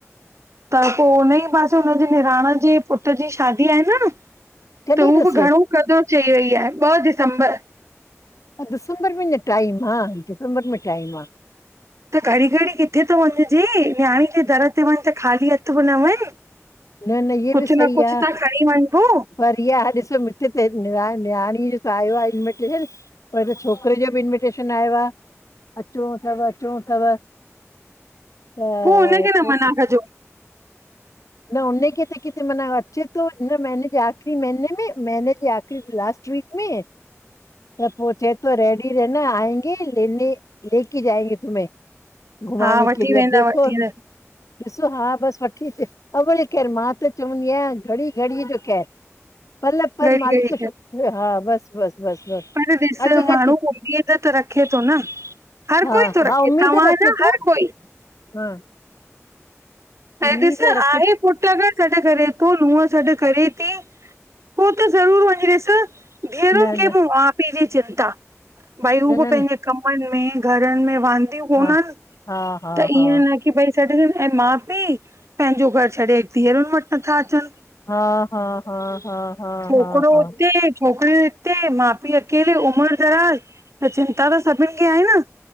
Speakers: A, on the right; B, on the left.
A: त पोइ हुन ई पासे हुनजे निराण जे पुट जी शादी आहे न
B: कॾहिं
A: त हू
B: अथसि?
A: बि घणो क़ॾऊं चई वई आहे ॿ दिसंबर
B: हा दिसंबर में अञा टाइम आह दिसंबर में टाइम आ
A: त घड़ी घड़ी किथे थो वञजे न्याणी जे दर ते वञ त ख़ाली हथ बि न वञ
B: न न इहे
A: कुझु
B: बि सही
A: न कुझु
B: आ।
A: त खणी वञॿो
B: पर इया आह ॾिसो मिठ ते निराण नियाणी जो त आयो आहे इनविटेशन पर छोकिरे जो बि इंविटेशन आयो आहे अचणो थव अचणो थव त अ
A: पो हुनखे न
B: पोइ
A: मना कजो
B: न हुनखे त किथे माना अचे थो हिन महीने जे आखिरी महीने में महीने जे आख़ि लास्ट वीक में त पोइ चे थो रेडी रहना आएंगे लेने लेके जाएंगे तुमहें घुमाने
A: हा वठी
B: के लिए
A: वेंदा
B: अब देखो
A: वठी
B: डिसो
A: वेंदा
B: हा बस वठी अचे अवल ख़ैरु मां त चवंदी आहियां घड़ी घड़ीअ जो ख़ैरु पल पल
A: घड़ी
B: मालिक
A: घड़ी
B: को शुक हा बस बस बस बस
A: अरे ॾिसण
B: अॻकथी
A: माण्हू उमयीद त रखे थो न हर
B: हा
A: कोई थो
B: हा
A: रखे
B: उमेद
A: तव्हां
B: रखे
A: न
B: थो
A: हर कोई
B: हा
A: ऐं
B: उम्मीद
A: ॾिस
B: रख
A: आहे पुट गॾ सॾ करे थो नूह सॾ करे थी पो त ज़रूर वंञेस धिअरुनि
B: न
A: खे
B: न
A: ॿि माउ पीउ ॼी चिंता भई हू
B: न
A: ॿि
B: न
A: पंहिंॼे
B: न
A: कमनि में घरनि में वांदियूं कोन्हनि
B: हा हा हा
A: त
B: हा
A: ईअं न की भई छॾडनि ऐं माउ पीउ पंहिंॼो घर छॾे धीअरुनि वटि नथा अचनि
B: हा हा हा हा हा
A: छोकिरो
B: हा हा
A: हुते छोकिरियूं हिते मा पी अकेले उमिर ॼराॼ़ त चिंता त सभिनि खे आहे न